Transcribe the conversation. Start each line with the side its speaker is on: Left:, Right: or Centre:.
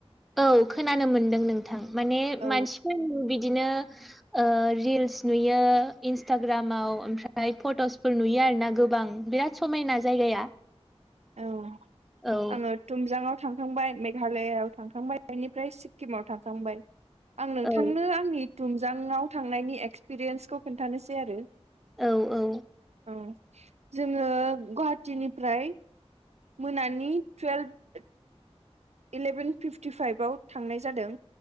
Centre: औ खोनानो मोनदों नोंथां माने
Right: औ
Centre: मानसिफोरनि बिदिनो ओ रिल्स नुयो इन्सटाग्रामाव ओमफ्राय फट'सफोर नुयो आर ना गोबां बिराद समायना जायगाया।
Right: औ
Centre: औ
Right: आङो तुमजांआव थांखांबाय, मेघालआव थांखांबाय, बेनिफ्राय सिक्किमाव थांखांबाय। आं नोंथांनो
Centre: औ
Right: आंनि तुमजांआव थांनायनि एक्सपिरियेन्सखौ खोन्थानोसै आरो।
Centre: औ औ।
Right: औ जोङो गुवाहाटिनिफ्राय मोनानि टुवेल्भ इलेभेन फिफ्टिफाइभआव थांनाय जादों